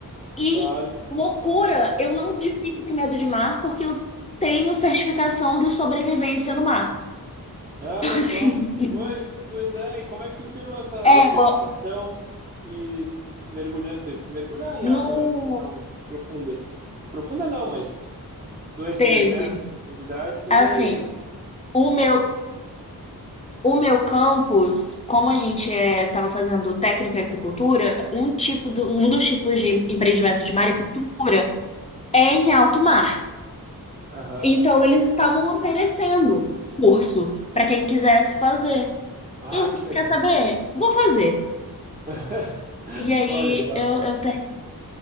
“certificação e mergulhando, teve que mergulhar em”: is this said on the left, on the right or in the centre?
Right